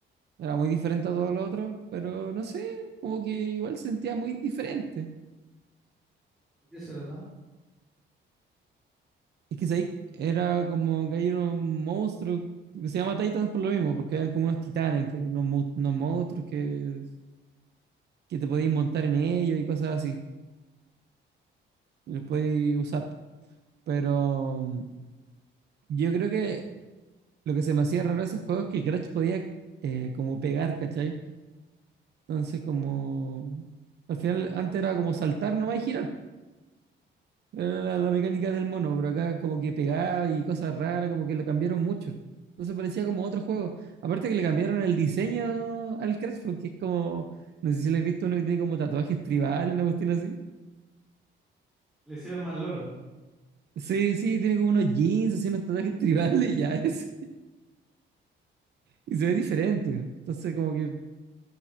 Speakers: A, on the right; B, in the centre.
A: Era muy diferente a todos los otros, pero no sé, como que igual sentía muy diferente.
B: ¿de qué se trataba?
A: Es que ahí era como que hay unos monstruos que se llama Titans por lo mismo, porque eran como unos titanes, que unos, mon- unos monstruos que, que te podéis montar en ellos y cosas así. Y los podéis usar. Pero... mm, Yo creo que Lo que se me hacía raro de ese juego es que Crash podía eh, como pegar, ¿cachai? Entonces, como. Al final, antes era como saltar nomás y girar. Era la, la mecánica del mono, pero acá como que pegaba y cosas raras, como que lo cambiaron mucho. Entonces parecía como otro juego. Aparte que le cambiaron el diseño al Crash, porque es como. No sé si lo he visto uno que tiene como tatuajes tribales, una cuestión así.
B: Le hicieron más Lolo,
A: Sí, sí, tiene como unos jeans, así unos tatuajes <laughs> tribales, ya es. Y se ve diferente. Entonces, como que.